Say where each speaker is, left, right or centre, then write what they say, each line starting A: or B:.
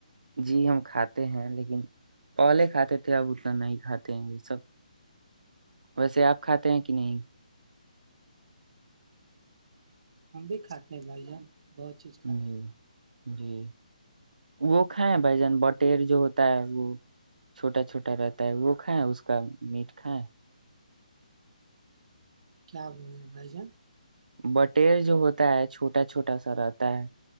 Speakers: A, on the right; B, on the right.
A: جی ہم کھاتے ہیں لیکن پلے کھاتے تھے اب اتنا نہیں کھاتے ہیں یہ سب ویسے آپ کھاتے ہیں کہ نہیں
B: ہم بھی کھاتے ہیں بھائی جان بہت چیز کھاتے
A: جی
B: ہیں
A: جی وہ کھائےیں بھائی جان بٹیر جو ہوتا ہے وہ چھوٹا چھوٹا رہتا ہے وہ کھائیں اس کا میٹ کھائےیں
B: کیا بول رہے بھائی جان
A: بٹیر جو ہوتا ہے چھوٹا چھوٹا سا رہتا ہے